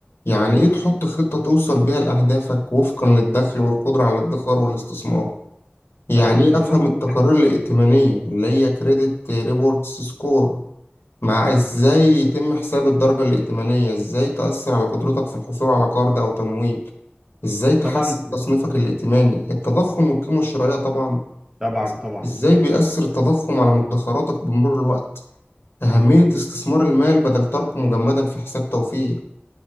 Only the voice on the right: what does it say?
طبعا في
الدول
الم-
طبعا في-
طبعا طبعا